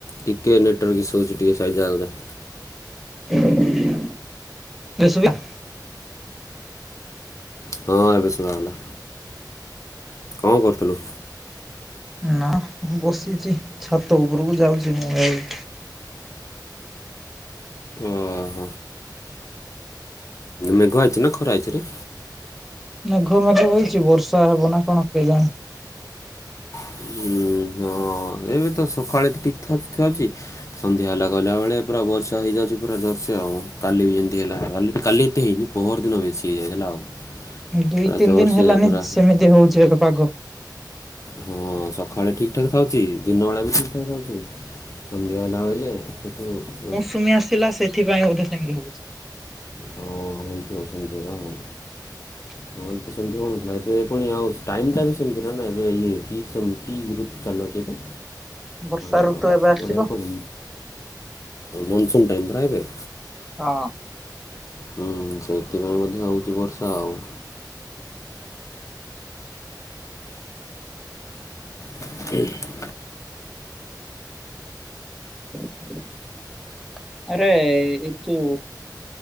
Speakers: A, on the left; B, in the centre.
A: ଟିକେ network issue ହଉଛି ଟିକେ ସାଇଜ ଜାଗା କୁ ଜା।
B: <unintelligible> ଏବେ ଶୁଭିଲା।
A: ହଁ ଏବେ ଶୁଭାଗଲା। କଣ କରୁଥିଲୁ?
B: ନା ବସିଛି ଛାତ ଉପରକୁ ଯାଉଛି ମୁଁ ଏବେ।
A: ଓହ। ମେଘୁଆ ଅଛି ନା ଖରା ହେଇଛି ରେ।
B: ମେଘ ମେଘ ହଇଛି ବର୍ଷା ହେବ ନା କଣ କେ ଜାଣେ।
A: ଉଁ, ହଁ ଏବେ ତ ସକାଳେ ଠିକ୍ ଥାଉଛି ଥାଉଛି ସନ୍ଧ୍ୟା ହେଲା ଗଲାବେଳେ ପୁରା ବର୍ଷା ହେଇଯାଉଛି ପୁରା ଜୋରସେ ଆଉ କାଲି ବି ଏମତି ହେଲା କାଲିଠୁ କାଲି ଏତେ ହେଇନି। ପହରଦିନ ବେଶି ହେଇଯାଇଥିଲା ଆଉ।
B: ଦୁଇ
A: ପୁରା
B: ତିନି
A: ଜୋରସେ
B: ଦିନ ହେଲାଣି
A: ପୁରା
B: ସେମିତି ହେଉଛି ଏବେ ପାଗ।
A: ହଁ ସକାଳେ ଠିକ୍। ଠିକ୍ ଠାକ୍ ଥାଉଛି ଦିନ ବେଳା ବି ଠିକ୍ ଠାକ୍ ଥାଉଛି ସନ୍ଧ୍ୟା ହେଲା ବୋଲେ ସେଠୁ ବର୍ଷା
B: ତୁମେ ଆସିଲା <unintelligible> ଥିପାଇଁ ବୋଧେ ସେମିତି ହେଉଛି।
A: ହଁ ହଁ ହେଇଥିବ ସେମିତି ଏକା ଆଉ।
B: <inaudible>
A: ନ ହେଲେ ତ ସେମିତି ହେଉ ନ ଥିଲା ଏବେ ପୁଣି ଆଉ ଟାଇମ ଟା ବି ସେମିତି ଟା ନା ଏବେ ୟେ କି ସମୟ କି ଋତୁ ଚାଲିବ କି ଏବେ?
B: <inaudible> ବର୍ଷା
A: ଆମର
B: ଋତୁ ଏବେ ଆସିବ
A: ଓଡ଼ିଆ ରେ କଣ ମୁନସୁନ ଟାଇମ ପରା ଏବେ।
B: ହଁ
A: ହଁ ସେଇଥିପାଇଁ ବୋଧେ ହେଉଛି ବର୍ଷା ଆଉ। <unintelligible>
B: <inaudible> ଆରେ ରିତୁ